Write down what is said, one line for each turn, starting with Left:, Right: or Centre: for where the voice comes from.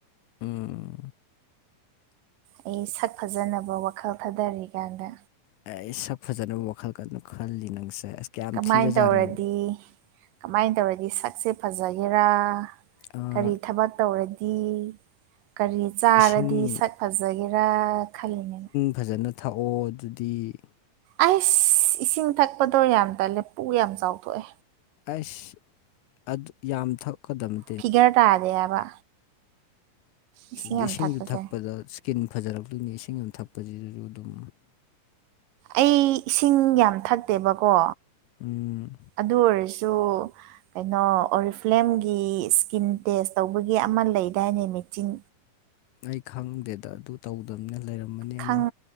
Left: ꯎꯝ
Right: ꯑꯩ ꯁꯛ ꯐꯖꯥꯅꯕ ꯋꯥꯈꯜ ꯐꯥꯗꯔꯤꯀꯥꯟꯗ
Left: ꯑꯩꯁ ꯁꯛ ꯐꯖꯅꯕ ꯋꯥꯈꯜ ꯀꯟꯅ ꯈꯜꯂꯤ ꯅꯪꯁꯦ ꯑꯁ ꯀꯌꯥꯝ
Right: ꯀꯃꯥꯏꯟ
Left: ꯊꯤꯔꯖꯥꯠꯅꯣ
Right: ꯇꯧꯔꯗꯤ ꯀꯃꯥꯏꯟ ꯇꯧꯔꯗꯤ ꯁꯛꯁꯦ ꯐꯖꯒꯦꯔꯥ
Left: ꯑꯥ,
Right: ꯀꯔꯤ ꯊꯕꯛ ꯇꯧꯔꯗꯤ ꯀꯔꯤ ꯆꯥꯔꯗꯤ
Left: ꯏꯁꯤꯡ
Right: ꯁꯠ ꯐꯖꯒꯦꯔꯥ ꯈꯜꯂꯤꯅꯦ
Left: ꯐꯥꯖꯅ ꯊꯛꯑꯣ ꯑꯗꯨꯗꯤ
Right: ꯑꯩꯁ ꯏꯁꯤꯡ ꯊꯛꯄꯗꯣ ꯌꯥꯝ ꯇꯜꯂꯦ ꯄꯨꯛ ꯌꯥꯝ ꯆꯥꯎꯊꯣꯛꯑꯦ
Left: ꯑꯩꯁ ꯑꯗꯨ ꯌꯥꯝ ꯊꯛꯀꯗꯝꯃꯤ
Right: ꯐꯤꯒꯔ ꯇꯥꯗꯦ ꯍꯥꯏꯕ ꯏꯁꯤꯡ
Left: ꯗꯤꯁꯤꯡꯁꯨ
Right: ꯌꯥꯝ ꯊꯛꯄꯁꯦ
Left: ꯊꯛꯄꯗ ꯏꯁꯀꯤꯟ ꯐꯖꯔꯛꯇꯣꯏꯅꯤ ꯏꯁꯤꯡ ꯌꯥꯝ ꯊꯛꯄꯁꯤꯗꯁꯨ ꯑꯗꯨꯝ
Right: ꯑꯩ ꯏꯁꯤꯡ ꯌꯥꯝ ꯊꯛꯇꯦꯕꯀꯣ
Left: ꯎꯝ,
Right: ꯑꯗꯨ ꯑꯣꯏꯔꯁꯨ ꯀꯩꯅꯣ ꯑꯣꯔꯤꯐ꯭ꯂꯦꯝꯒꯤ ꯏꯁꯀꯤꯟ ꯇꯦꯁ ꯇꯧꯕꯒꯤ ꯑꯃ ꯂꯩꯗꯥꯏꯅꯦ ꯃꯦꯆꯤꯟ
Left: ꯑꯩ ꯈꯪꯗꯦꯗ ꯑꯗꯨ ꯇꯧꯗꯝꯅ ꯂꯩꯔꯝꯃꯅꯤ
Right: ꯈꯪ
Left: ꯑꯃ